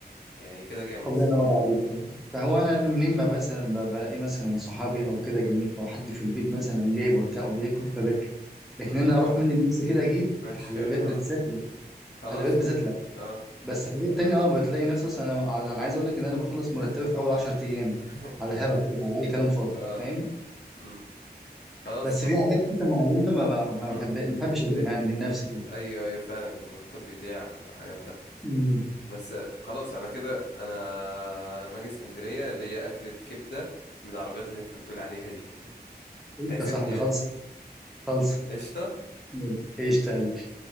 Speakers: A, on the left; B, in the centre.
A: يعني كده جامد
B: الله
A: صح
B: ينور عليك يعني فهو انا منين ما مثلا ب- بلاقي مثلا صحابي او كده جايين او حد في البيت مثلا جايب وبتاع وبياكل فباكل لكن
A: امم
B: انا اروح مني لنفسي كده اجيب
A: تروح
B: الحلويات
A: تشتري اه
B: بالذات لا
A: خلاص
B: الحلويات بالذات
A: م...
B: لا
A: اه
B: بس الحاجات التانية اه بتلاقي نفسي اصلا انا انا عايز اقول لك ان انا بخلص مرتبي في اول 10 ايام
A: <laughs>
B: على هبل كده على اي كلام فاضي
A: اه
B: فاهم
A: امم خلاص
B: بس
A: طب
B: في حاجات كده معينه ما ب- ما
A: امم
B: بحب ما بحبش اجيبها
A: ايوه
B: يعني من نفسي كده
A: ايوه أيوة، فعلا المرتب بيضيع على حاجات
B: امم
A: بس خلاص انا كده انا لما اجي اسكندريه اللي هي اكله كبده من العربيات اللي انت بتقول عليها دي <laughs> هتعزمني
B: قشطة يا صاحبي خلص
A: ها
B: خلص
A: قشطه
B: مم. قشطة يا قلبي